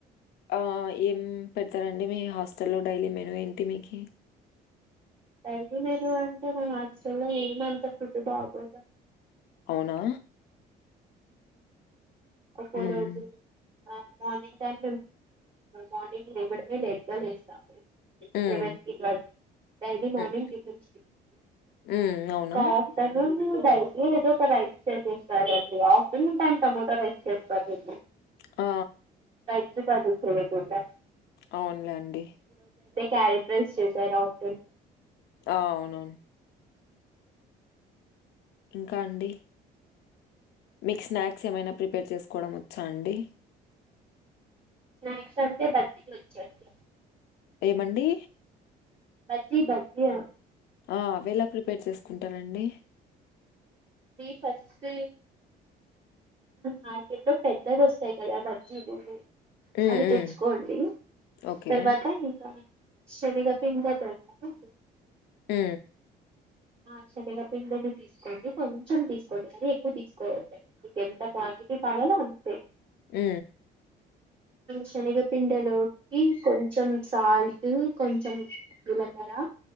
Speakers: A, on the left; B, on the right.
A: ఆ ఏం పెడతారండి మీ హాస్టల్లో డైలీ మెనుూ ఏంటి మీకి
B: అయితే నేను అంటే మా హాస్టల్లో ఏమంత ఫుడ్ బాగోదండి
A: అవునా
B: అప్పు
A: హ్మ్.
B: <inaudible> మార్నింగ్ టైమ్ మార్నింగ్ లేవడమే లేట్ గా చేస్తాముము
A: హ్మ్.
B: సెవెంత కి ట్వల్త్ డైలీ
A: హ్మ్.
B: మార్నింగ్ టిఫన్స్
A: హ్మ్. అవునా?
B: కాఫ్టలూ <inaudible> దడై ఏదో ఒక రైస్ చేసేస్తారంండి ఆఫ్టర్నోన్ టైమ్ టమోటా రైస్ చేస్తారండి
A: ఆ
B: <unintelligible> ఎ సతుడా
A: అవునులేండి
B: క్యారెక్టర్స్ చేసారు ఆప్టన్
A: ఆ అవునవును ఇంకా అండి మీకు స్నాక్స్ ఏమైనా ప్రిపేర్ చేసుకోవడం వచ్చా అండి
B: స్నాక్స్ అంటే బజ్జీలు వచ్చండి
A: ఏమండి
B: బజ్జి బజ్జీ
A: ఆ అవెలా ప్రిపేర్ చేసుకుంటారండి
B: అదది ఫస్ట్ మార్కెట్లో పెద్దది వస్తాయి కద బీలు
A: హ్మ్.
B: అవి
A: హ్మ్.
B: తెచ్చుకోండి
A: ఓకే.
B: తర్వాత ఇకా శనిగా పిండిల తడుపుకుంటూ
A: మ్
B: ఆ శనగపిండిని తీసుకోండి కొంచెం తీసుకోండి మరీ ఎక్కువ తీసుకోవద్దడి నీకెంత క్వాంటిటీ కావాలో అంత్
A: మ్
B: శనగపింండెలోకి కొంచెం సాల్ట్ కొంచెం జీలకర